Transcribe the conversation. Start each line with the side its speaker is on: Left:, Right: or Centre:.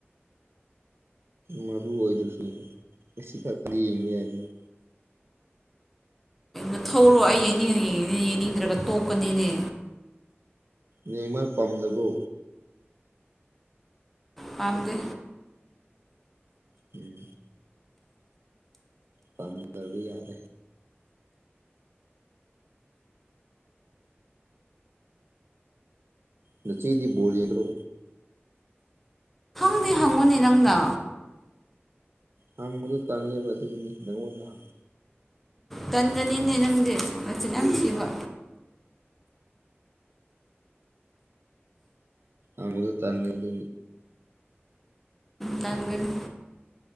Right: ꯃꯔꯨ ꯑꯣꯏꯗ꯭ꯔꯁꯨ ꯌꯦꯡꯉꯤ ꯉꯁꯤ ꯈ ꯀꯔꯤ ꯌꯦꯡꯕ ꯌꯥꯏꯗꯅꯣ
Centre: ꯑ ꯊꯧꯔꯣ ꯑꯩ ꯌꯦꯡꯅꯤꯡꯉꯅꯤꯡ ꯌꯦꯡꯅꯤꯡꯗ꯭ꯔꯒ ꯇꯣꯛꯀꯅꯤꯅꯦ
Right: ꯅꯃ ꯄꯝꯗꯕꯨ
Centre: ꯄꯝꯗ
Right: ꯎꯝ ꯀꯝꯗꯕꯤ ꯌꯥꯔꯦ ꯅꯆꯦꯗꯤꯕꯣꯜ ꯏꯗꯔꯣ
Centre: ꯅꯪꯗꯤ ꯍꯪꯉꯨꯅꯦ ꯅꯪꯗ
Right: ꯍꯪꯗ ꯇꯥꯟ ꯂꯩꯕ ꯑꯗꯨꯉꯣ ꯍꯪ
Centre: ꯇꯟꯒꯅꯤꯅꯦ ꯅꯪꯗꯤ ꯃꯆꯤꯟ ꯌꯥꯝ ꯊꯤꯕ
Right: ꯑꯗꯨ ꯇꯅꯤ ꯑꯗꯨ
Centre: ꯇꯟꯒꯅꯤ